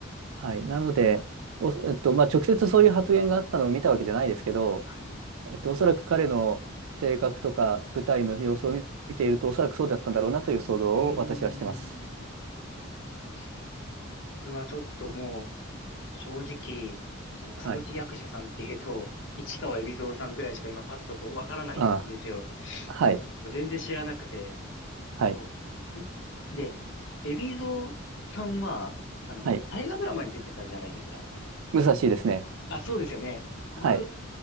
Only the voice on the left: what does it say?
はいう
うーん。あそうなん僕はちょっともう、正直、その歌舞伎役者さんっていうと、
市川海老蔵さんぐらいしか今パッとこうわからないんですよ。
こう全然知らなくて、
こう、い、で、海老蔵さんは、あの、
大河ドラマに出てたじゃないですか。
あ、そうですよね。
僕、